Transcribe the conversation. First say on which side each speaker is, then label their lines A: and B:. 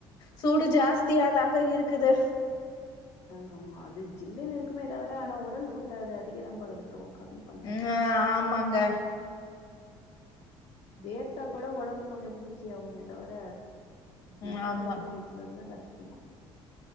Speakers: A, on the left; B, on the left.
A: சூடு ஜாஸ்தியாதாங்க இருக்குது
B: ஆ ஆமா அது ஜில்லுன்னு இருக்குமே தவர ஆனா உடல் சூட்ட அது அதிக தா படுத்து கம்மி பண்ணாது
A: ம் ஆமாங்க
B: வேர்த்தா கூட ஒடம்பு கொஞ்சோ குளிர்ச்சியாவுமே தவர ஜில்லுன்னு
A: ம் ஆமா
B: இருக்க ந்தா கஷ்டோ தா